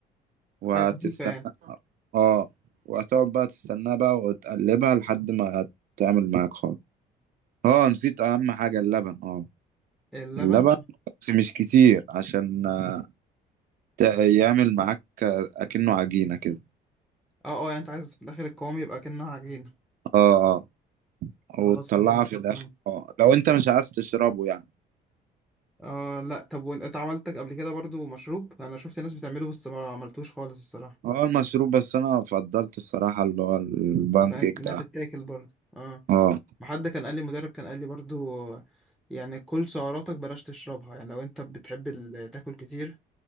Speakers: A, on the right; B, in the centre.
A: وهتستنى
B: حاجة خفيفة يعني
A: اه وهتقعد بقى تستناها بقى وتقلبها لحد ما تعمل معاك خالص اه نسيت اهم حاجة اللبن اه
B: اللبن
A: اللبن بس مش كتير عشان آه، ت- يعمل معاك آه، اكنه عجينة كده
B: اه اه يعني انت عايز في الاخر القوام يبقى كأنها عجينة
A: اه اه وتطلعها
B: خلاص فهمتك
A: في الاخر
B: اه
A: اه لو انت مش عايز تشربه يعني
B: آه، لا طب وانت عملتك قبل كده برضو مشروب انا شفت ناس بتعمله بس ما عملتوش خالص الصراحه
A: اه المشروب بس انا فضلت الصراحة اللي هو البان
B: بقت
A: كيك
B: انها
A: ده
B: تتاكل برضو اه
A: اه
B: ما حد كان قال لي مدرب كان قال لي برضو آه، يعني كل سعراتك بلاش تشربها يعني لو انت بتحب ال- تاكل كتير